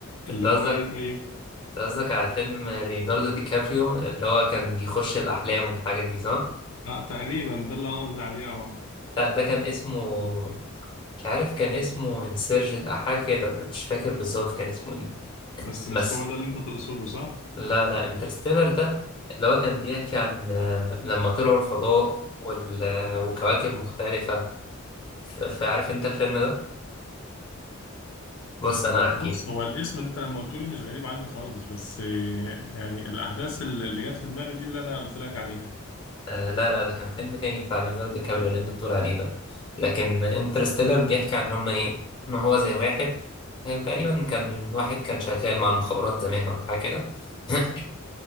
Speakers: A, on the left (about 65°); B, on the left (about 20°).
A: اللي
B: انت قصدك
A: هو إيه طيب
B: انت قصدك على فيلم ليوناردو دي كابريو اللي هو كان بيخش الأحلام والحاجات دي صح؟
A: آه تقريبا ده اللي أنا قصدي عليه أه
B: لا ده كان اسمه مش عارف كان اسمه انسيرجن أو حاجة كده مش فاكر بالظبط كان اسمه ايه
A: بس
B: بس
A: مش هو ده اللي أنت تقصده صح؟
B: لا لا انترستيلر ده اللي هو كان بيحكي عن آه، لما طلعوا الفضاء وال... آه، وكواكب مختلفة ف- فعارف انت الفيلم ده؟ بص
A: آه، هو
B: انا هحكي
A: بص
B: لك
A: هو الاسم أنت لما قلت لي مش غريب عني خالص بس آه، يعني الأحداث اللي اللي جت في دماغي دي اللي أنا قلت لك عليها
B: آه لا لا ده كان فيلم تاني بتاع ليوناردو دي كابريو اللي انت بتقول عليه ده لكن انترستيلر بيحكي عن هم ايه ان هو زي واحد آه، تقريبا كان واحد كان شغال مع المخابرات زمان ولا حاجه كده <laughs>